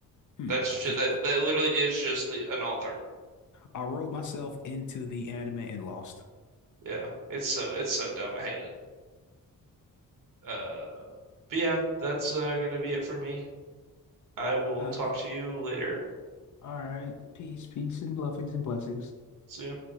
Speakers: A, on the left (about 60°); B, on the right (about 70°).
A: Hmm.
B: That's just
A: I, got-
B: that, that literally is just the an author.
A: I wrote myself into the anime and lost.
B: Yeah, it's so it's so dumb. I hate it. Uh, but yeah, that's uh, gonna be it for me. I will
A: Ah,
B: talk to you later.
A: all right. Peace, peace, and blessings and blessings.
B: See ya.